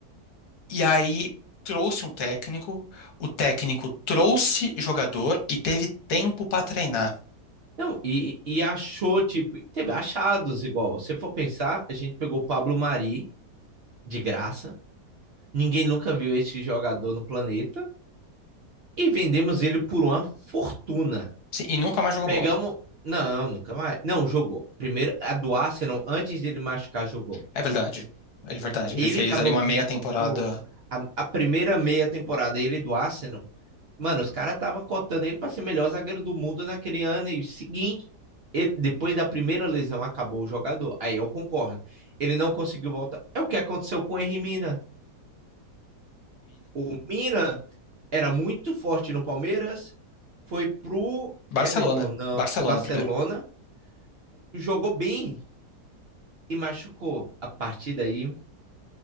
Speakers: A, on the left; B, on the right.
A: e aí trouxe um técnico, o técnico trouxe jogador e teve tempo pra treinar.
B: Não, e, e achou, tipo, teve achados igual. Se for pensar, a gente pegou o Pablo Mari de graça. Ninguém nunca viu esse jogador no planeta. E vendemos ele por uma fortuna.
A: Sim, E nunca mais jogou
B: Pegamos.
A: bola.
B: Não, nunca mais. Não, jogou. Primeiro, a do Arsenal, antes dele machucar, jogou.
A: É verdade. É verdade. Ele
B: Ele
A: fez
B: tava
A: ali uma
B: vo-
A: meia temporada
B: no, a, a primeira meia temporada, ele do Arsenal. Mano, os caras tava cotando ele pra ser melhor zagueiro do mundo naquele ano. E o seguinte, ele- depois da primeira lesão, acabou o jogador. Aí eu concordo. Ele não conseguiu voltar. É o que aconteceu com o Henry Mina. O Mina era muito forte no Palmeiras, foi pro
A: Barcelona.
B: Everton, não,
A: Barcelona
B: Barcelona,
A: primeiro.
B: jogou bem. e machucou. A partir daí,